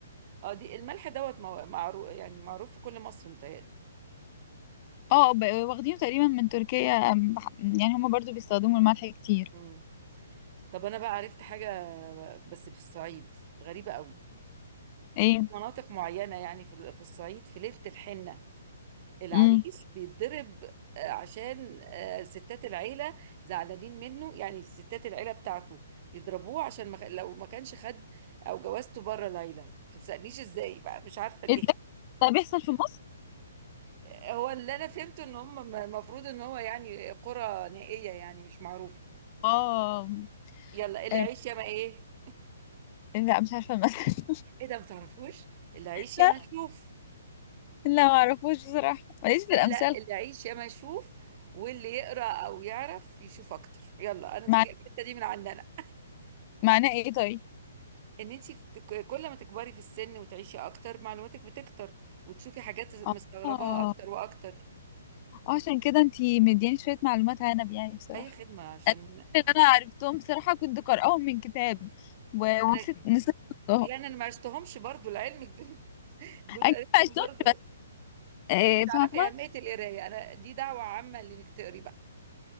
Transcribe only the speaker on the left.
اه ب- واخدينه تقريبا من تركيا أم، بح- يعني هما برضو بيستخدموا الملح كتير
ايه
امم
ايه ده
ده بيحصل في مصر
اه
آه،
لا مش عارفه المثل
<laughs>
لا
لا ما اعرفوش بصراحه ماليش في
الامثال
مع...
معناه ايه طيب
اه اه
عشان كده انتي مدياني شويه معلومات عنب يعني بصراحه
الأسئلة اللي انا عرفتهم بصراحه كنت قارئاهم من كتاب و-
ونسيت نسيت احطهم
اكيد
ما عشتهمش
بس آه،
فاهمه